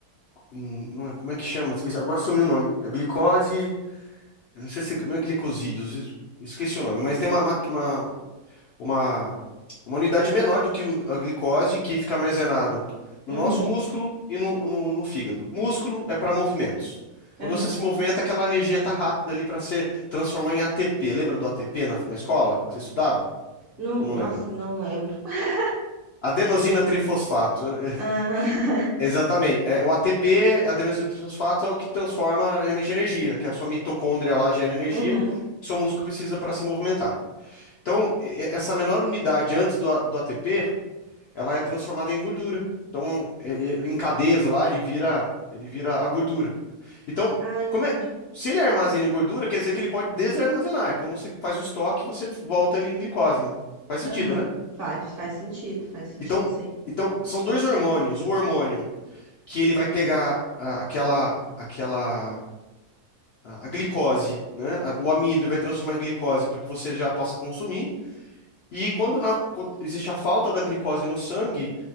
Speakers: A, on the left; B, on the right.
A: em- não é, como é que chama? Esqueci, agora sumiu o nome. É glicose Eu não sei se é não é glicosídeos, es- esqueci o nome, mas tem uma, uma, uma, uma- uma unidade menor do que o- a glicose que fica armazenada
B: Uhum.
A: no nosso músculo e no, no, no fígado. Músculo é para movimentos. Quando
B: Aham.
A: você se movimenta, aquela energia está rápida ali para se transformar em ATP. Lembra do ATP na, na escola que você estudava?
B: Não,
A: Eu não
B: nossa,
A: lembro.
B: não lembro. <laughs>
A: Adenosina trifosfato. Eu- <laughs>
B: Ah, <laughs>
A: Exatamente. É, o ATP, adenosina trifosfato, é o que transforma realmente em energia, que é a sua mitocôndria lá gera energia,
B: uhum.
A: que seu músculo precisa para se movimentar. Então, e- essa menor unidade antes do, A- do ATP, ela é transformada em gordura. Então, e- e- em cadeias lá, ele vira, ele vira a gordura. Então,
B: Ah, entendi.
A: como é- se ele armazena em gordura, quer dizer que ele pode desarmazenar. É como você faz um estoque e você volta ele em glicose. Faz sentido,
B: Aham.
A: né?
B: Faz, faz sentido, faz sentido,
A: Então,
B: sim.
A: então são dois hormônios. O hormônio que ele vai pegar ah, aquela, aquela a a glicose, né? a- O amido e vai transformar em glicose para que você já possa consumir. E quando, na- quando existe a falta da glicose no sangue,